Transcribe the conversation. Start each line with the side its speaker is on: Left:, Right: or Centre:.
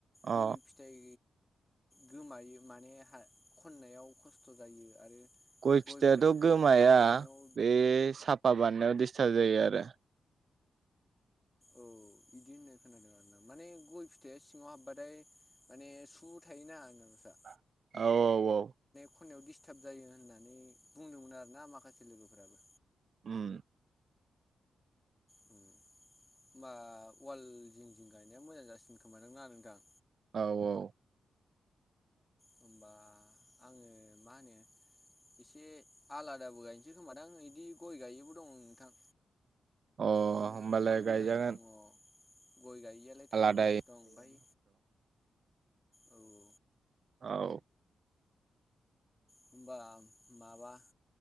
Right: अ
Left: गय फिथाइ गोमायो माने हा खननायाव खस्थ' जायो आरो
Right: गय
Left: गयफोर
Right: फिथाइआथ' गोमाया
Left: साफा खालामनायाव
Right: बे साफा बानायनायाव दिस्थार्ब जायो आरो।
Left: औ बिदि होननाय खोनादों आरोना माने गय फिथाइया सिङाव हाब्बाथाय माने सु थायोना। आदसा
Right: औ औ औ
Left: खनायाव दिस्टाब जायो होननानै बुंदोंमोन आरोना माखासे लोगोफोराबो।
Right: उम
Left: होम होमबा वाल जिं जिं गायनाया मोजां जासिगोन खोमाना नोंथां
Right: औ औ
Left: होमबा आङो मा होनो एसे आलादाबो गायनोसै खोमादां बिदि गय गायैबो दं नोंथां।
Right: अ
Left: बिदिनो
Right: होमबालाय
Left: थाम बिगासो
Right: गायजागोन।
Left: दङ गय गाययैयालाय थाम
Right: आलादायै
Left: बिगासो दं ओमफ्राय औ औ
Right: औ
Left: होमबा माबा